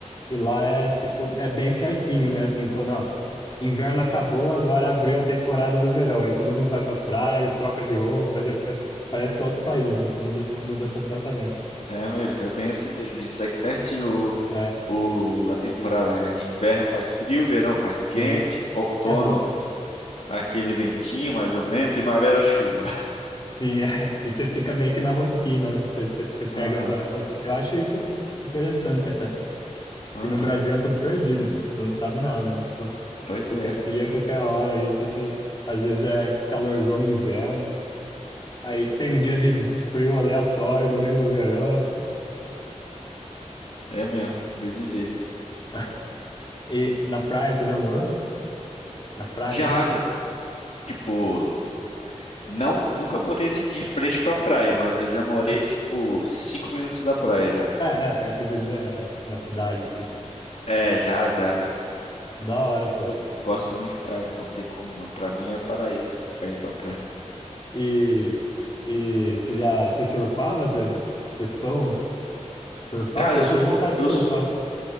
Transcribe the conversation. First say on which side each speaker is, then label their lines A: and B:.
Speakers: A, on the left; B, on the left.
A: E lá é, tipo, é bem certinho, né? Assim, pô, não, inverno acabou, agora abriu a temporada do verão. Aí todo mundo vai pra praia, troca de roupa, já fica, parece que é outro país, né? Muda, muda completamente.
B: É mesmo, é bem assim mesmo. Ele segue certinho
A: É,
B: o, o- a temporada, né? Inverno faz frio, verão faz
A: sim.
B: quente, outono
A: É bom.
B: aquele ventinho mais ou menos, primavera chuva. <laughs>
A: Sim, é. E você fica meio que na rotina, né? Você, você, você pega
B: Aham,
A: essa rotina. Eu acho isso interessante até. Porque
B: aham.
A: no Brasil é tudo perdido, tipo, você não sabe nada, né? Pô,
B: Pois
A: qualquer
B: é,
A: dia, qualquer hora, aí você tá- às vezes é calorzão no inverno. Aí tem um dia de frio aleatório no meio do verão.
B: é mesmo, desse jeito.
A: <laughs> E na praia você já morou? Na praia
B: Já,
A: mesmo?
B: já, tipo, não, nunca morei assim de frente pra praia, mas eu já morei,
A: Sim.
B: tipo, cinco minutos da praia já.
A: É, é, eu quis dizer, é, na, na cidade, em si.
B: É, já, já, já.
A: Da hora, pô.
B: Eu gosto muito de praia, pô, não tem como não. Pra mim é paraíso ficar indo pra praia.
A: E, e você já você surfava? Você, vocês estão surfar?
B: Cara,
A: Pô,
B: eu
A: eu
B: surfo,
A: tenho vontade
B: eu,
A: de surfar.
B: su-